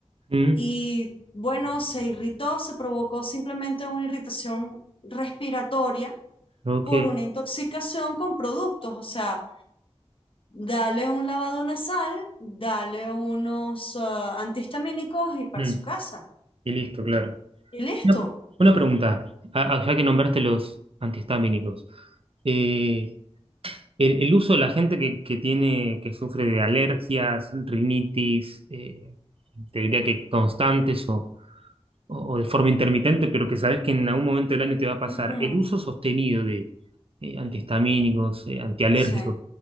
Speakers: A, on the right; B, on the left.
A: Mm,
B: y bueno, se irritó, se provocó simplemente una irritación respiratoria
A: ok.
B: por una intoxicación con productos, o sea, dale un lavado nasal, dale unos ah, antihistamínicos y para
A: Mm,
B: su casa.
A: Y listo, claro.
B: Y listo.
A: Una, una pregunta, a- a- ya que nombraste los antihistamínicos. eh, El, el uso de la gente que, que tiene, que sufre de alergias, rinitis, eh, te diría que constantes o, o de forma intermitente, pero que sabes que en algún momento del año te va a pasar,
B: Ujú,
A: el uso sostenido de eh, antihistamínicos, eh, antialérgicos,
B: Sí.